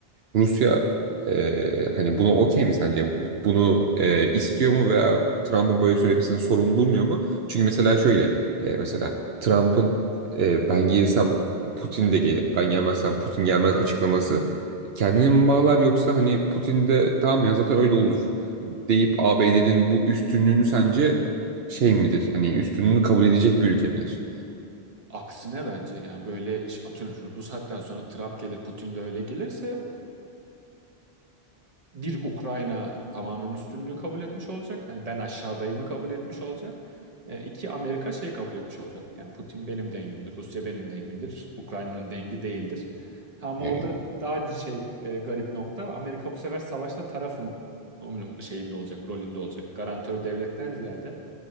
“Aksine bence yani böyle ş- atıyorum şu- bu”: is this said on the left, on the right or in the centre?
Right